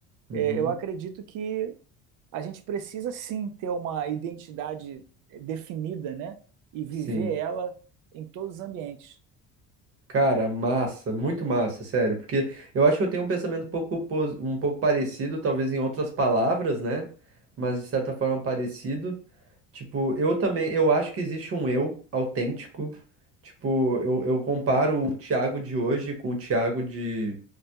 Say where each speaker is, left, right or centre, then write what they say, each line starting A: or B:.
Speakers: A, on the right; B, on the right.
A: Uhum,
B: É, eu acredito que a gente precisa sim ter uma identidade é, definida, né? E viver
A: sim.
B: ela em todos os ambientes.
A: Cara, massa, muito massa, sério. Porque eu acho que eu tenho um pensamento um pouco, pos- um pouco parecido, talvez em outras palavras, né? Mas de certa forma parecido. Tipo, eu também, eu acho que existe um eu autêntico. Tipo, eu, eu comparo o Thiago de hoje com o Thiago de